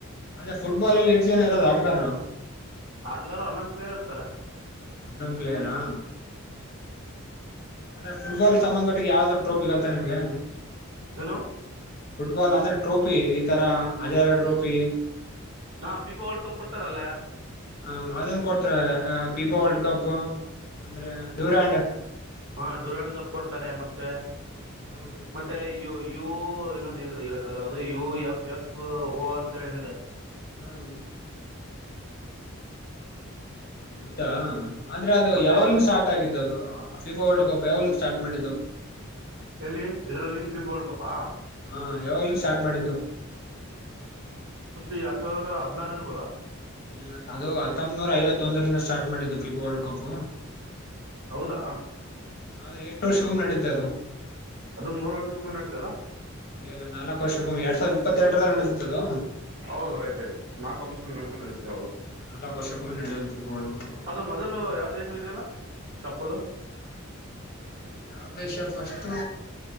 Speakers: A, on the left (about 45°); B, on the right (about 60°).
A: ಅಂದೆ ಫುಟ್ಬಾಲ್ ಅಲ್ಲಿ ಇಷ್ಟ ಜನ ಇರೋದು ಆಡ್ಗಾರರು
B: ಆಡುಗಾರು ಹನ್ನೊಂದ ಪ್ಲೇಯರ್ ಇರ್ತಾರ
A: ಅಂದಂಗಳಾರಾ ಅಂದ್ರೆ ಫುಟ್ಬಾಲ್ ಸಂಬಂಧ ಒಟ್ಟಿಗೆ ಯಾವ್ದ ಟ್ರೋಫಿ ಗತ್ತಾ ನಿಮ್ಗೆ
B: ಹನು
A: ಫುಟ್ಬಾಲ್ ಅಂದ್ರೆ ಟ್ರೋಫಿ ಈ ತರ ಹಜಾರ ಟ್ರೋಫಿ
B: ಹಾ ಪೀಪಾ ಹೊಡ್ಕಪ್ ಕೊಡ್ತಾರಲ್ಲ
A: ಹ ಮಾದನ್ ಕೊಡ್ತಾರ ಪೀಪಾ ವರ್ಲ್ಡ್ ಕಪ್ ಅಂದ್ರೆ ಡೂರಂಡ್
B: ಹಾ ಡೂರನ್ ಕಪ್ ಕೊಡ್ತಾರೆ ಮತ್ತೆ
A: ಹ್ಮ್
B: ಮತ್ತೆ ಅಯ್ಯೋ ಯು ಇನ್ನೊಂದು ಏನಿದೆ ಹೇಳಕ್ಕ ಆಗಲ್ಲ ಅದು ಯು ಎಫ್ ಎಫ್ ಓ ಅಂತೇಳಿ ಏನಿದೆ
A: ಹ್ಮ ಹೌದಾ ಅಂದ್ರೆ ಅದು
B: ಮತ್ತೆ
A: ಯಾವಾಗ್ಲ ಸ್ಟಾರ್ಟ್ ಆಗಿದ್ದದು ಫಿಫಾ ವರ್ಲ್ಡ್ ಕಪ್ ಯಾವಲ್ಲಿ ಸ್ಟಾರ್ಟ್ ಮಾಡಿದ್ದು
B: ಎಲ್ಲಿ ಇದ್ರಲ್ಲಿ ಇಪ್ಪಿ ಪೋಡ್ಕಪ್ಪಾ
A: ಹಾ ಯಾವಾಗ್ಲೂ ಸ್ಟಾರ್ಟ್ ಮಾಡಿದ್ದು
B: ಎರಡ್ ಸಾವರದ ಹದ್ಾರು ಇರ್ಬೋದಾ
A: ಇಲ್ಲ ಅದು ಹತ್ತೊಂಬನೂರ ಐವತ್ತೊಂದರಿಂದ ಸ್ಟಾರ್ಟ್ ಮಾಡಿದ್ದು ಫಿಪೋ ವರ್ಲ್ಡ್ ಕಪ್
B: ಹೌದಾ
A: ಆದ್ರೆ ಎಷ್ಟು ವರ್ಷಗೂಮ್ಮ ನಡುತ್ತೆ ಅದ
B: ಅದು ಮೂರು ವರ್ಷಕೊಮ್ಮೆನೆ ನಡ್ತ ಅಲ್ಲಾ
A: ಇಲ್ಲ ಇಲ್ಲ ನಾಲ್ಕಕ್ ವರ್ಷಕ್ಕೊಮ್ಮೆ ಎರಡ್ ಸಾವಿರ ಇತ್ತರ್ರ ನಡೆಸತದು
B: ಹೌದು ರೈತ ಆ್ತ ನಾ ಕಮಿಷನ್ ನತ ಯಾದು
A: ನಾಲ್ಕು ವರ್ಷಕ್ಕೊಮ್ಮೆ ನಡೆಯುತ್ತೆ ವರ್ಲ್ಡ್ ಕಪ್
B: ಅದು ಮೊದಲು ಯಾವ ದೇಶ ಇದಲ್ಲ ಕಪ್ಪದು
A: ಅದು ಯಾವ ದ ವಿಷಯ ಫಸ್ಟು